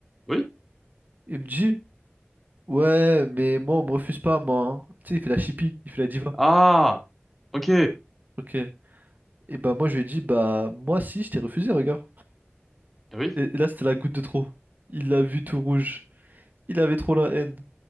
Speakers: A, in the centre; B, on the right (about 45°).
A: Oui.
B: Il me dit, ouais, mais moi, on me refuse pas, moi. hein. Tu sais, il fait la chippie, il fait la diva.
A: Ah, ok.
B: Ok. Et bah, moi, je lui ai dit, bah, moi, si, je t'ai refusé, regarde.
A: Oui.
B: Et, et là, c'était la goutte de trop. Il l'a vu tout rouge. Il avait trop la haine.